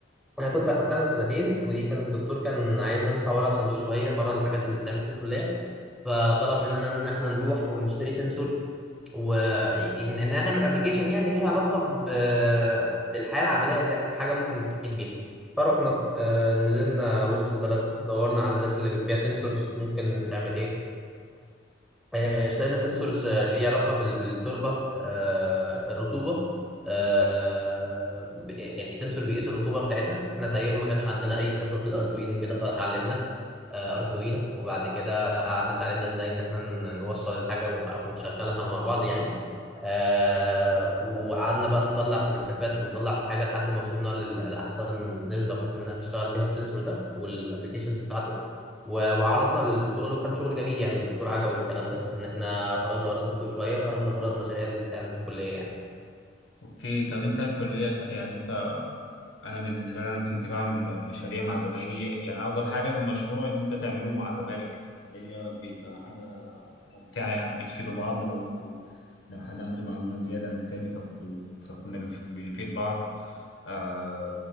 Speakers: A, in the centre; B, on the left.
A: انا كنت اخدتها من سنتين ودي كان الدكتور كان عايزنا نطلع بره الصندوق شوية بره الحاجات اللي بتتعمل في الكلية فطلب مننا ان احنا نروح ونشتري سنسور وان ان انا اعمل ابلكيشن يعني ليها علاقه ب... بالحياه العمليه اللي احنا حاجه ممكن نستفيد بيها فرحنا آه، نزلنا وسط البلد دورنا على الناس اللي بتبيع سنسورز ممكن تعمل ايه آه، اشترينا سنسورز ليه علاقه بال... بالتربه آه، الرطوبه آه، ب- يعني سنسور بيقيس الرطوبه بتاعتها احنا تقريبا ما كانش عندنا اي خبره في الاردوينو وكده فتعلمنا آه، اردوينو وبعد كده قعدنا اتعلمنا ازاي ان احنا ن- نوصل الحاجه و- ونشغلها مع بعض يعني آه وقعدنا بقى نطلع في جرافات ونطلع في حاجه لحد ما وصلنا لل- لاحسن نسبه ممكن انها تشتغل بيها السنسور ده والابلكيشنز بتاعته و- وعرضنا الشغل وكان شغل جميل يعني والدكتور عجبه والكلام ده ان احنا خرجنا بره الصندوق شويه وخرجنا بره المشاريع اللي بتتعمل في الكليه يعني
B: أوكي طب أنت الكلية بت- يعني أنت انا بالنسبه لي انا كنت بعمل مشاريع مع زمايلي يعني افضل حاجه في المشروع ان انت تعمله مع زمايلك في الكليه بيبقى حاجه ممتعه يعني بتفيدوا بعض لو انتوا لو حد عنده معلومات زياده عن التاني فكنتوا فكنا بنف- بنفيد بعض آه